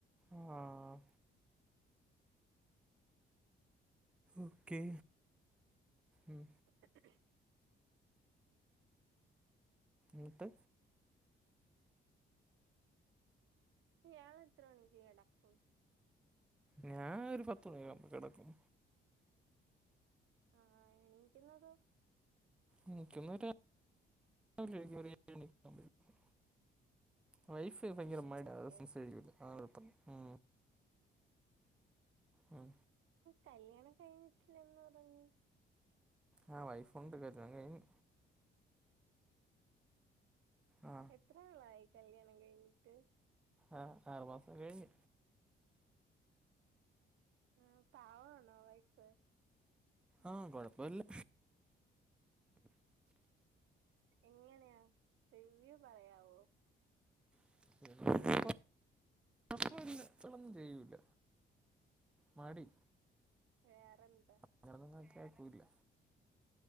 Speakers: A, in the centre; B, on the right.
A: ആഹ് ഓക്കെ ഉം
B: <inaudible>
A: ന്നട്ട്
B: ഇയാള് എത്ര മണിക്ക് കെടക്കും
A: ഞാൻ ഒരു പത്ത് മണിയവുമ്പോ കെടക്കും
B: ആഹ് എണീക്കുന്നതോ
A: എണീക്കുന്നതാ ആറര ഏഴു മണി ആകും എണീക്കുമ്പഴേക്ക് വൈഫ് ഭയങ്കരമായിട്
B: ഓക്കെ
A: ആഹ് ആസ്മിസിയ്യൂല
B: ഓക്കെ
A: ആഹ് ഒറപ്പ് ഉം ഉം
B: കല്യാണം കഴിഞ്ഞിട്ടില്ലെന്ന് പറഞ്ഞു
A: ആഹ് വൈഫ് ഉണ്ട് കല്ല്യാണം കയ്ഞ്ഞ് ആ
B: എത്ര നാളായി കല്ല്യാണം കഴിഞ്ഞിട്ട്
A: ആഹ് ആറു മാസം കഴിഞ്ഞു
B: ഉം പാവണോ വൈഫ്
A: ആഹ് കുഴപ്പല്ല
B: എങ്ങനെയാ റിവ്യൂ പറയാവോ
A: <unintelligible> ചെയ്യൂല്ല മടി
B: വേറെന്താ
A: അങ്ങനൊന്നും ഞാൻ ത്തേക്കുല്ല